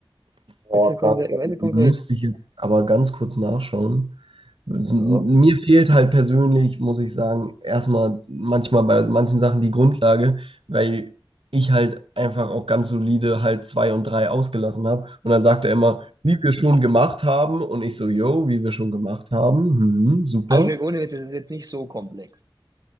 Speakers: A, on the right; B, on the right.
A: Boah,
B: Weißt du, konkret,
A: warte, da
B: weißt du konkret?
A: müsste ich jetzt aber ganz kurz nachschauen. M-
B: So.
A: Mir fehlt halt persönlich, muss ich sagen, erstmal manchmal bei manchen Sachen die Grundlage, weil ich halt einfach auch ganz solide halt zwei und drei ausgelassen habe. Und dann sagt er immer, wie wir schon gemacht haben. Und ich so, yo, wie wir schon gemacht haben. Mhm, super.
B: Aber ich sag, ohne Witz, das ist jetzt nicht so komplex.